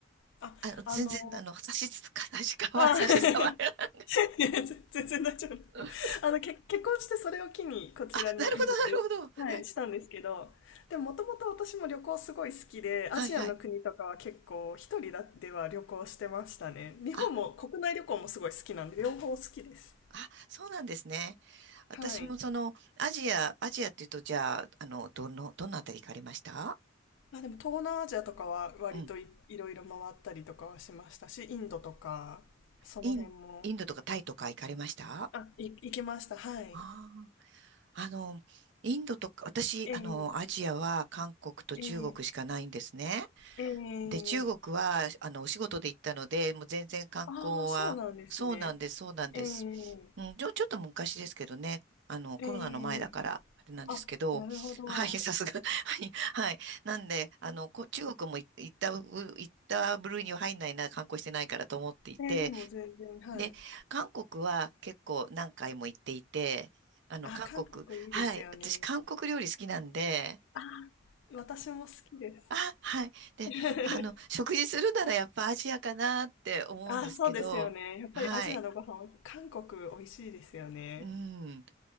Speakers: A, on the left (about 65°); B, on the right (about 60°).
A: あ、
B: あの、全然、
A: あの、
B: あの、差し支え、差しかわ、
A: あ、
B: 差し障らない。
A: <laughs> <laughs> いや、全全然大丈夫。
B: <laughs>
A: あの、結結婚してそれを機にこちらに移住、
B: あ、なるほど、なるほど。
A: はい、
B: うん
A: したんですけど、でももともと私も旅行すごい好きで、
B: はいはい。
A: アジアの国とかは結構一人だでは旅行してましたね。日本も国内旅行もすごい好きなんで、
B: あ、
A: 両方好きです。
B: あ、そうなんですね。私もその、
A: はい。
B: アジア、アジアっていうと、じゃあ、あの、どの、どのあたり行かれました
A: あ、でも東南アジアとかは割とい、
B: うん。
A: いろいろ回ったりとかはしましたし、インドとか、その辺も、
B: イン、インドとかタイとか行かれましたあ
A: あ、い、行きました。はい。
B: あー、あの、インドとか、私、
A: ええ
B: あの、アジアは韓国と中国しかないんですね。
A: ええええ
B: で、中国は、あの、お仕事で行ったので、もう全然観光は、
A: ああ、そうなんですね。
B: そうなんです、そうなんです。
A: ええ
B: うん、ちょ、ちょっと昔ですけどね、あの、コロナの前だから、
A: ええ
B: あれなんですけど、
A: あ、なるほど。
B: <laughs> はい、さすが、<laughs> はい、はい。なんで、あの、こ、中国もい行ったぶ、行った部類には入んないな、観光してないからと思っていて、
A: ええでも全然、はい。
B: で、韓国は結構何回も行っていて、あの、
A: あ、
B: 韓国、
A: 韓国いいですよね。
B: はい、私、韓国料理好きなんで、
A: あー、私も好きです。
B: あ、はい。で、
A: <laughs>
B: あの、食事するならやっぱアジアかなって思うんですけど、
A: あ、そうですよね。やっぱりアジアのご飯は、
B: はい。
A: 韓国美味しいですよね。
B: うん。